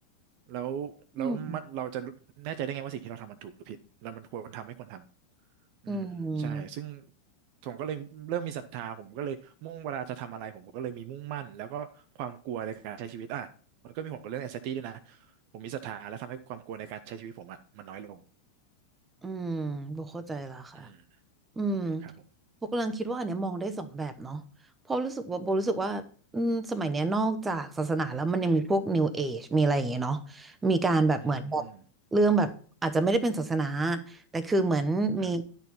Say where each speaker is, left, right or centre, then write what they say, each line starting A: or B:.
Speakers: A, on the right; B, on the right.
A: แล้วแล้วมันเราจะแน่ใจได้ไงว่าสิ่งที่เราทำมันถูกหรือผิดแล้วมันควรทำไม่ควรท
B: อืม
A: ำ อืมใช่ซึ่ง
B: อืมอืม
A: ผมก็เลยเริ่มมีศรัทธาผมก็เลยมุ่งเวลาจะทำอะไรผมก็เลยมีมุ่งมั่นแล้วก็ความกลัวในการใช้ชีวิตอ่ะมันก็มีผลกับเรื่อง anxiety ด้วยนะผมมีศรัทธาแล้วทำให้ความกลัวในการใช้ชีวิตผมอ่ะมันน้อยลง
B: อืมโบเข้าใจแล้วค่ะ
A: อืม
B: อืม
A: ครับผม
B: โบกำลังคิดว่าอันเนี้ยมองได้สองแบบเนาะเพราะรู้สึกว่าโบรู้สึกว่าอืมสมัยเนี้ยนอกจากศาสนาแล้วมันยังมีพวก New Age มีอะไรอย่างเงี้ยเนาะมีการแบบเหมือนแบบเรื่องแบบอาจจะไม่ได้เป็นศาสนา
A: อืม
B: แต่คือเหมือนมี
A: ครับ